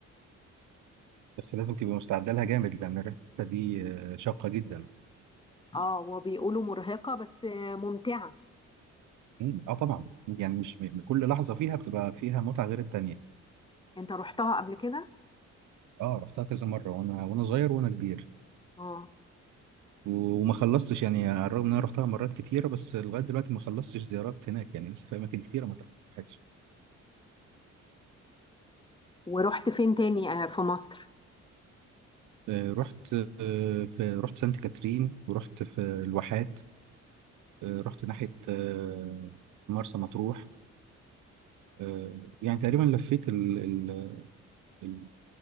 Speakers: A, on the right (about 80°); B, on the left (about 15°).
A: بس لازم تبقي مستعده لها جامد لان الرحله دي آه، شاقه جدا
B: اه وبيقولوا مرهقه بس ممتعه
A: مم، اه طبعا يعني مش م- كل لحظه فيها بتبقى فيها متعه غير التانيه
B: انت رحتها قبل كده
A: اه رحتها كذا مره وانا وانا صغير وانا كبير
B: اه
A: و- وما خلصتش يعني على الرغم ان انا رحتها مرات كتيره بس لغايه دلوقتي ما خلصتش زيارات هناك يعني لسه في اماكن كتيره ما اتراحتش
B: ورحت فين تاني آه، في مصر
A: آه، رحت آه، في رحت سانت كاترين ورحت في الواحات آه، رحت ناحية آه، مرسى مطروح آه، يعني تقريبا لفيت ال... ال... ال...